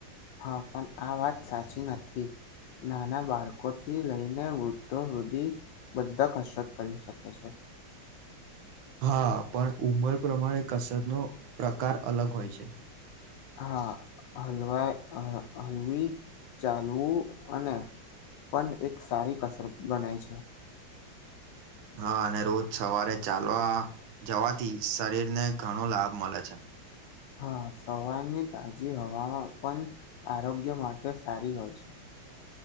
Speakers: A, on the left; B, on the right.
A: હા પણ આ વાત સાચી નથી નાના બાળકો થી લઈને વૃદ્ધો સુધી. બધા કસરત કરી શકે છે.
B: હા પણ ઉંમર પ્રમાણે કસરતનો પ્રકાર અલગ હોય છે.
A: હા હલવાય હલવી ચાલવું અને પણ એક સારી કસરત ગણાય છે.
B: હા અને રોજ સવારે ચાલવા જવાથી શરીર ને ઘણો લાભ મળે છે.
A: હા સવારની તાજી હવામાં પણ આરોગ્ય માટે સારી હોય છે.